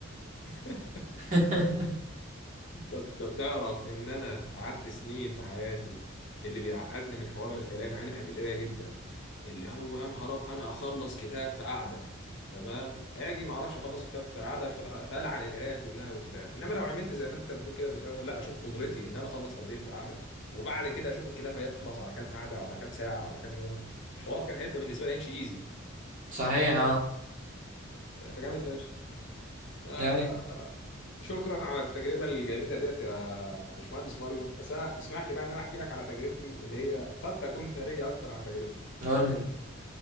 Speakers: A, on the left; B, on the right.
A: <laughs>
B: <laughs>
A: طب طب تعرف ان انا قعدت سنين في حياتي اللي بيعقدني من حوار القرايه مع اني بحب القرايه جدا اللي هو يا نهار اب انا اخلص كتاب في قعده تمام اجي ما اعرفش اخلص كتاب في قعده ف- فالعن القرايه كلها وبتاع انما لو عملت زي ما انت بتقول كده من الاول لا اشوف قدرتي ان انا اخلص قد ايه في القعده وبعد كده اشوف الكتاب هيخلص على كام قعده وعلى كام ساعه وعلى كام يوم الحوار كان هيبقى بالنسبه لي هيمشي ايزي
B: صحيح اه
A: فجامد فشخ آه،
B: ايوه
A: شكرا على التجربة الجميلة ديت يا باشمهندس ماريو بس أنا اسمح لي بقى إن أنا أحكي لك على تجربتي اللي هي قد تكون ثرية أكتر عن تجربتك
B: قول لي